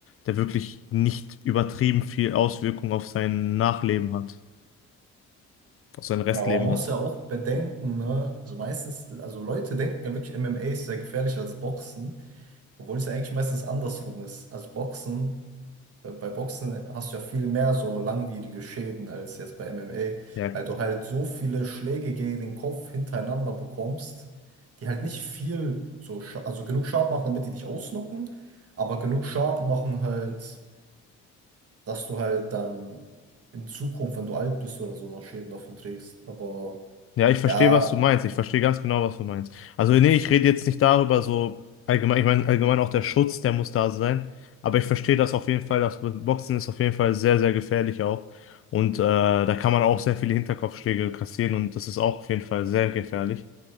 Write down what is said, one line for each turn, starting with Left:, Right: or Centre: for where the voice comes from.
Left: der wirklich nicht übertrieben viel Auswirkung auf sein Nachleben hat, auf sein Restleben
Right: Aber man muss
Left: hat.
Right: ja auch bedenken, ne? Also meistens, also Leute denken ja wirklich, MMA ist sehr gefährlich als Boxen, obwohl es ja eigentlich meistens andersrum ist. Also Boxen, äh, bei Boxen hast du ja viel mehr so langwierige Schäden als jetzt bei MMA,
Left: Ja,
Right: weil du halt so viele Schläge gegen den Kopf hintereinander bekommst, die halt nicht viel so, scha- also genug Schaden machen, damit die dich ausnocken, aber genug Schaden machen halt. dass du halt dann in Zukunft, wenn du alt bist oder so, dann Schäden davon trägst. Aber
Left: Ja, ich verstehe,
Right: ja,
Left: was du meinst. Ich verstehe ganz genau, was du meinst. Also, nee, ich rede jetzt nicht darüber, so allgemein, ich meine, allgemein auch der Schutz, der muss da sein. Aber ich verstehe das auf jeden Fall. Das Boxen ist auf jeden Fall sehr, sehr gefährlich auch. Und äh, da kann man auch sehr viele Hinterkopfschläge kassieren und das ist auch auf jeden Fall sehr gefährlich.